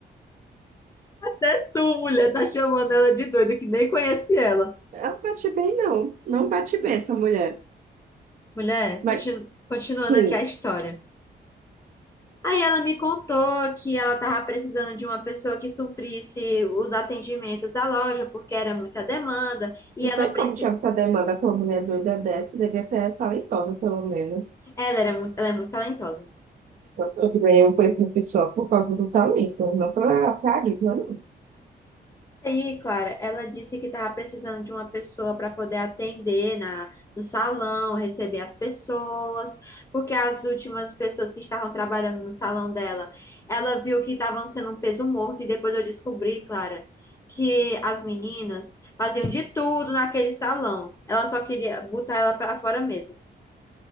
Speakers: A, on the left; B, on the right.
A: Até tu, mulher, tá chamando ela de doida, que nem conhece ela.
B: Ela não bate bem, não. Não bate bem essa mulher.
A: Mulher,
B: Mas,
A: continu- continuando
B: sim,
A: aqui a história. Aí ela me contou que ela estava precisando de uma pessoa que suprisse os atendimentos da loja, porque era muita demanda, e
B: não
A: ela,
B: sei
A: preci...
B: como tinha muita demanda com uma mulher doida dessa. Devia ser talentosa, pelo menos.
A: ela, era muito... ela é muito talentosa.
B: Então, eu ganhei um conhecimento pessoal por causa do talento, não pela carisma, não.
A: Aí, Clara, ela disse que estava precisando de uma pessoa para poder atender na, no salão, receber as pessoas, porque as últimas pessoas que estavam trabalhando no salão dela, ela viu que estavam sendo um peso morto, e depois eu descobri, Clara, que as meninas faziam de tudo naquele salão. Ela só queria botar ela para fora mesmo.